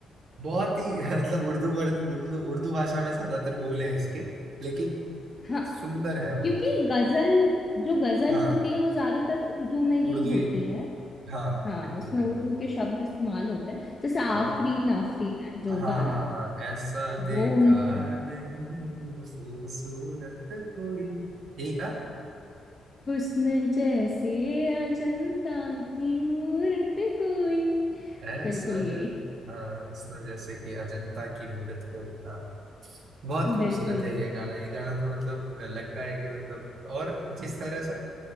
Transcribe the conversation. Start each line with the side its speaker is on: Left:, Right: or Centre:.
Right: बहुत ही <laughs> मतलब उर्दू वर्ड उर्दू उर्दू भाषा में ज्यादातर बोल हैं इसके लेकिन
Left: हाँ
Right: सुंदर है बहुत
Left: क्योंकि गजल जो गजल
Right: हाँ
Left: होती है वो ज्यादातर उर्दू में ही
Right: उर्दू
Left: होती
Right: ही
Left: है
Right: हाँ
Left: हाँ
Right: बिल्कुल
Left: उसमें
Right: बिल्कुल
Left: उर्दू के शब्द इस्तेमाल होते हैं जैसे आफरीन
Right: हाँ
Left: आफरीन है जो
Right: हाँ
Left: गाना
Right: हाँ हाँ ऐसा देखा
Left: वो उन-
Right: नहीं खूबसूरत कोई यही ना
Left: हुस्न जैसे अजंता की मूरत कोई
Right: ऐसा
Left: बिल्कुल यही
Right: ज- हाँ उसमें जैसे कि अजंता की मूरत कोई हाँ बहुत खूबसूरत
Left: बिल्कुल
Right: है
Left: बिल्कुल
Right: ये गाना ये गाना तो मतलब लगता है कि मतलब और जिस तरह से